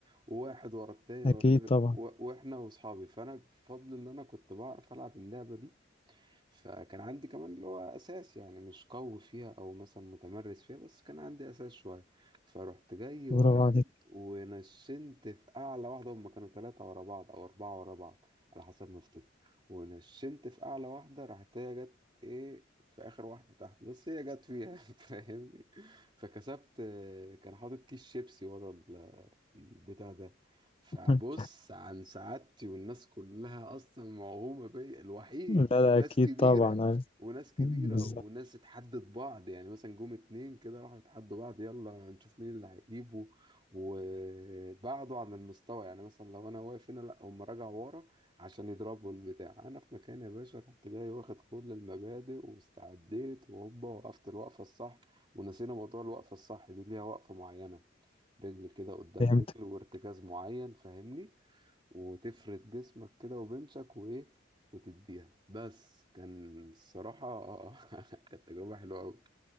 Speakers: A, on the right; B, on the left.
A: واحد ورا التاني
B: اكيد
A: ورا التاني
B: طبعا
A: و- واحنا واصحابي فانا بفضل ان انا كنت بعرف العب اللعبة دي فكان عندي كمان اللي هو اساس يعني مش قوي فيها او مثلا متمرس فيها بس كان عندي اساس شويه فرحت جاي واخد
B: برافو عليك
A: ونشنت في اعلى واحده هم كانوا ثلاثه ورا بعض او اربعه ورا بعض على حسب ما افتكر ونشنت في اعلى واحده راحت هي جت ايه في اخر واحده تحت بس هي جت فيها <laughs> فاهمني فكسبت كان حاطط كيس شيبسي ورا ال- البتاع ده فبص
B: <laughs>
A: عن سعادتي والناس كلها اصلا موهومه بيا الوحيد
B: لا لا
A: وناس
B: اكيد
A: كبيره
B: طبعا أيوة.
A: وناس كبيره
B: بالظبط
A: وناس اتحدت بعض يعني مثلا جم اتنين كده راحوا اتحدوا بعض يلا نشوف مين اللي هيجيبه وبعدوا عن المستوى يعني مثلا لو انا واقف هنا لا هم رجعوا ورا عشان يضربوا البتاع انا في مكان يا باشا رحت جاي واخد كل المبادئ واستعديت وهوبا وقفت الوقفه الصح ونسينا موضوع الوقفه الصح دي ليها وقفه معينه رجل كده قدام
B: فهمت
A: رجل وارتكاز معين فاهمني وتفرد جسمك كده وبنشك وايه وتديها بس كان الصراحة <laughs> كانت تجربة حلوة أوي